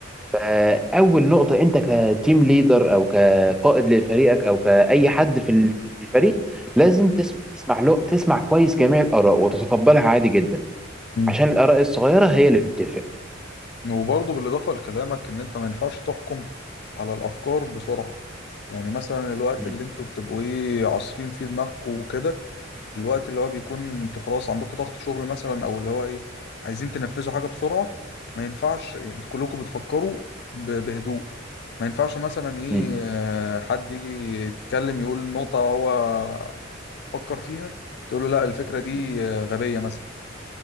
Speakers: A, in the centre; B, on the left.
A: فاول نقطه انت كتيم ليدر او كقائد لفريقك او كاي حد في ال- في الفريق لازم تسمع تسمع له تسمع كويس جميع الاراء وتتقبلها عادي جدا
B: مم.
A: عشان الاراء الصغيره هي اللي بتفرق
B: وبرضه بالاضافة لكلامك ان انت ما ينفعش تحكم على الافكار بسرعة يعني مثلا الوقت
A: مم.
B: اللي انتوا بتبقوا ايه عصرين فيه دماغكم وكده الوقت اللي هو بيكون انتوا خلاص عندكم ضغط شغل مثلا او اللي هو ايه عايزين تنفذوا حاجة بسرعة ما ينفعش انتوا كلكم بتفكروا ب- بهدوء ما ينفعش مثلا ايه
A: مم.
B: آه، حد يجي يتكلم يقول نقطة هو فكر فيها تقول له لا الفكرة دي
A: مم.
B: آه، غبية مثلا